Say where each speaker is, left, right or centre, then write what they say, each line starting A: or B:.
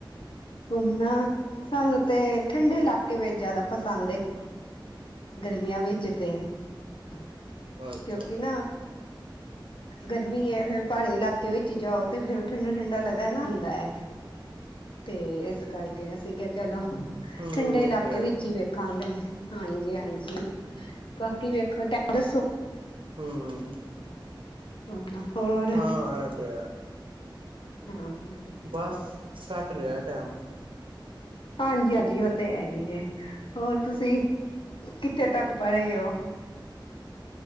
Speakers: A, on the left; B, on the right.
A: ਘੁੰਮਣਾ ਸਾਨੂੰ ਤੇ ਠੰਡੇ ਇਲਾਕੇ ਵਿੱਚ ਜ਼ਿਆਦਾ ਪਸੰਦ ਹੈ ਗਰਮੀਆਂ ਵੇਚਤੇ ਹੈ
B: ਅੱਛਾ
A: ਕਿਉਂਕਿ ਨਾ ਗਰਮੀ ਹੈ ਫੇਰ ਪਹਾੜੀ ਇਲਾਕੇ ਵਿੱਚ ਜਾਓ, ਤੇ ਫੇਰ ਠੰਡਾ- ਠੰਡਾ ਲਗਾ ਨਾ ਹੁੰਦਾ ਹੈ, ਤੇ ਇਸ ਕਰਕੇ ਅਸੀਂ ਕਿਹਾ ਚਲੋ।
B: ਹੂੰ
A: ਠੰਡੇ
B: ਉਹ
A: ਇਲਾਕੇ
B: ਤੇ ਹੈ
A: ਵਿੱਚ ਹੀ ਵੇਖਾਂਗੇ। ਹ ਹਾਂਜੀ- ਹਾਂਜੀ। ਬਾਕੀ ਵੇਖੋ ਟ ਦ
B: ਹਮ
A: ਹਾਂ, ਹੋਰ। ਹਮ
B: ਹਾਂ ਇਹ ਤੇ ਹੈ
A: ਹਮ <inaudible>
B: ਬਸ ਕੱਟ ਰਿਹਾ ਟਾਈਮ।
A: ਹਾਂਜੀ -ਹਾਂਜੀ ਓ ਤੇ ਹੈ ਹੀ ਹੈ, ਹੋਰ ਤੁਸੀਂ। ਕਿੱਥੇ ਤੱਕ ਪੜ੍ਹੇ ਉਹ?